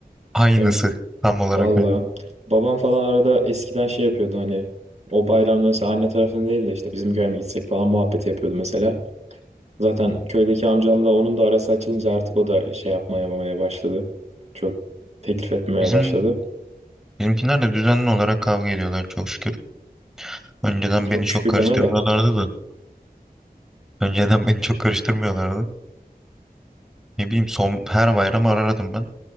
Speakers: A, in the centre; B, on the right.
A: Aynısı
B: Yani
A: tam olarak
B: valla.
A: öyle.
B: Babam falan arada eskiden şey yapıyordu hani o bayramda mesela anne tarafını değil de işte bizim köye mi gitsek falan muhabbeti yapıyordu mesela. Zaten köydeki amcamla onun da arası açılınca artık o da şey yapmaya yapmaya başladı. Çok teklif etmeye
A: Bizim
B: başladı.
A: bizimkiler de düzenli olarak kavga ediyorlar çok şükür. Önceden
B: Çok
A: beni çok
B: şükür
A: karıştırmıyorlardı
B: deme de.
A: da. Önceden beni çok karıştırmıyorlardı. Ne bileyim son her bayram arardım ben.